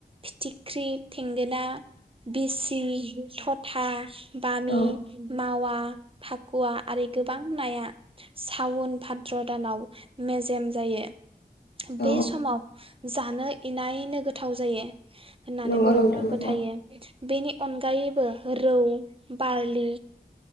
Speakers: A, on the right; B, on the left.
A: फिथिख्रि थेंगोना बेसिरि थथ था। बामि
B: औ
A: मावा फाखुवा आरो गोबां नाया सावन भाद्र दानाव मेजेम जायो।
B: औ
A: बे समाव जानो इनायनो गोथाव जायो। होननानै
B: नंगौ
A: बर'फ्रा
B: नोंथां नंगौ
A: फोथायो। बेनि अनगायैबो रौ बारलि